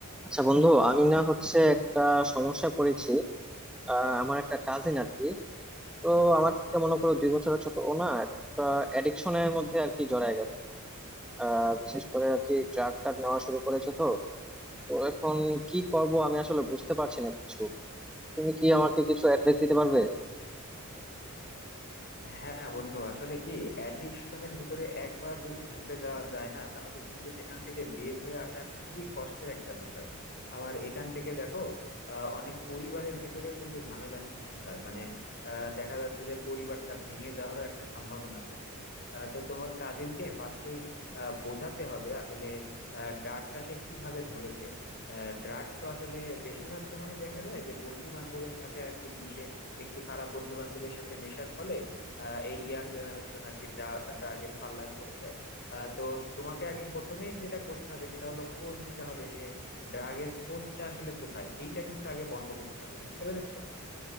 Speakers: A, in the centre; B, on the left.
A: আচ্ছা বন্ধু আমি না হচ্ছে একটা সমস্যায় পড়েছি আহ, আমার একটা কাজিন আর কি তো আমার থেকে মনে করো দুই বছরের ছোট ও না একটা অ্যাডিকশনের মধ্যে আর কি জড়ায় গেছে আহ, বিশেষ করে আর কি ড্রাগ টাগ নেওয়া শুরু করেছে তো তো এখন কি করব আমি আসলে বুঝতে পারছি না কিছু তুমি কি আমাকে কিছু অ্যাডভাইস দিতে পারবে
B: হ্যাঁ বন্ধু আসলে কি অ্যাডিকশনের ভিতরে একবার যদি ঢুকে যাওয়া যায় না তাহলে কিন্তু সেখান থেকে বের হয়ে আসা খুবই কষ্টের একটা বিষয় আবার এখান থেকে দেখো আহ, অনেক পরিবারের ভিতরেও কিন্তু ঝামেলা সৃষ্টি হয় মানে আহ, দেখা যাচ্ছে যে পরিবারটা ভেঙে যাওয়ারও একটা সম্ভাবনা থাকে আহ, তো তোমার কাজিনকে ফার্স্টেই বোঝাতে হবে আসলে ড্রাগটা সে কিভাবে ধরেছে ড্রাগ তো আসলে বেশিরভাগ সময় দেখা যায় যে বন্ধু বান্ধবের সাথে আর কি মিশে একটু খারাপ বন্ধু বান্ধবের সাথে মেশার ফলে আহ, এই ইয়াং জেনারেশন আর কি ড্রাগের পাল্লায় পড়ে যায় আহ, তো তোমাকে আগে প্রথমেই যেটা করতে হবে সেটা হলো খোঁজ নিতে হবে সে ড্রাগের সোর্সটা আসলে কোথায় এইটা কিন্তু আগে বন্ধ করতে হবে বুঝতে পেরেছো